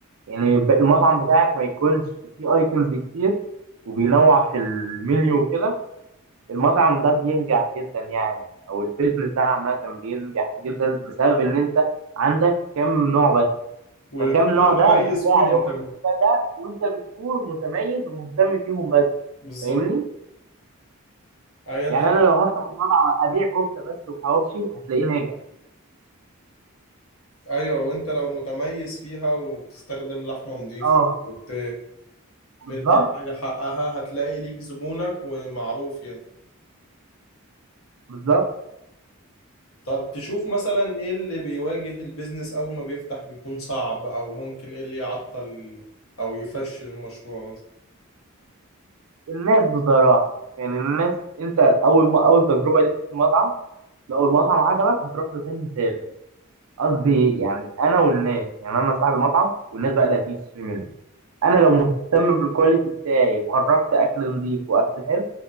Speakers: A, on the right (about 80°); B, on the left (about 70°).
A: يعني ب- المطعم بتاعك ما يكونش فيه ايتمز كتير وبينوع في المنيو وكده المطعم ده بينجح جدا يعني او البيزنس ده عامة بينجح جدا بسبب ان انت عندك كم نوع بس
B: وتكون
A: فكم نوع
B: متميز
A: ده بتلاقي
B: فيهم
A: عليهم
B: كمان
A: المنتجات ده وانت بتكون متميز ومهتم فيهم بس
B: بالظبط
A: فاهمني
B: ايوه انت
A: يعني انا لو هفتح مطعم ابيع كفتة بس وحواوشي هتلاقيه ناجح
B: ايوه وانت لو متميز فيها وبتستخدم لحمة نظيفة
A: اه
B: وبت مدي
A: بالظبط
B: الحاجة حقها هتلاقي ليك زبونك ومعروف يعني
A: بالظبط
B: طب تشوف مثلا ايه اللي بيواجه البيزنس اول ما بيفتح بيكون صعب او ممكن ايه اللي يعطل او يفشل المشروع مثلا
A: الناس بصراحة يعني الناس انت اول ما اول تجربة ليك في المطعم لو المطعم عجبك هتروح له تاني تالت قصدي يعني انا والناس يعني انا صاحب المطعم والناس بقى اللي هتيجي تشتري مني انا لو مهتم بالكواليتي بتاعي وخرجت اكل نظيف واكل حلو